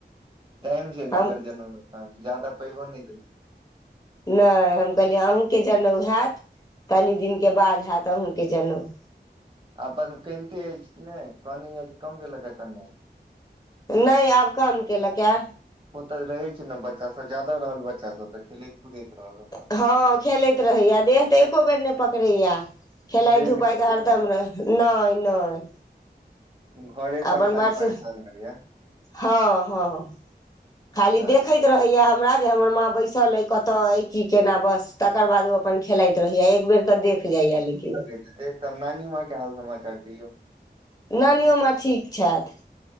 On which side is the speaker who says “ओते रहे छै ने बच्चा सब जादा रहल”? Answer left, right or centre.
Right